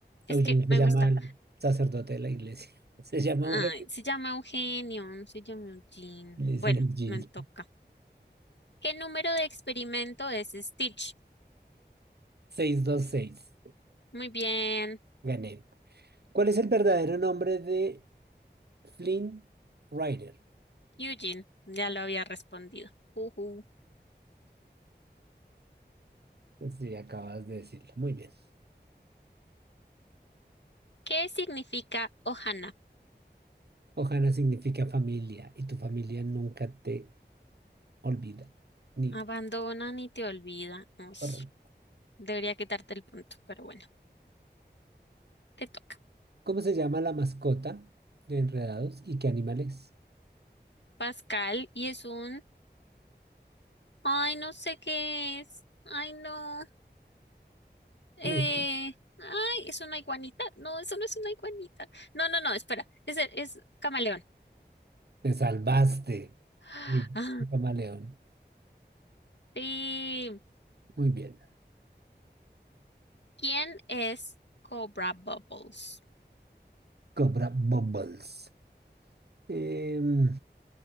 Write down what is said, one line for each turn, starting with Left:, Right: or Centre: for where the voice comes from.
Left: Es
Right: Eugene
Left: que me
Right: se llama
Left: gusta.
Right: el sacerdote de la iglesia. Se llama
Left: Ay,
Right: Eugene.
Left: se llama Eugenio, se llama Eugene.
Right: Le dicen
Left: Bueno,
Right: Eugene.
Left: me toca. ¿Qué número de experimento es Stitch?
Right: 626.
Left: Muy bien,
Right: Gané. ¿Cuál es el verdadero nombre de Flynn Rider.
Left: Eugene, ya lo había respondido. Ujú.
Right: Sí, acabas de decirlo. Muy bien.
Left: ¿Qué significa Ohana?
Right: Ohana significa familia y tu familia nunca te olvida. Ni
Left: Abandonan y te olvidan. Uy,
Right: horror.
Left: debería quitarte el punto, pero bueno, te toca.
Right: ¿Cómo se llama la mascota de Enredados y qué animal es?
Left: Pascal, y es un... Ay, no sé qué es. Ay, no. Eh...
Right: Me-
Left: Ay, es una iguanita. No, eso no es una iguanita. No, no, no, espera. Es, es camaleón.
Right: Te salvaste.
Left: <gasps>
Right: Sí,
Left: Ah,
Right: un camaleón.
Left: sí.
Right: Muy bien.
Left: ¿Quién es Cobra Bubbles?
Right: Cobra Bumbles. Em,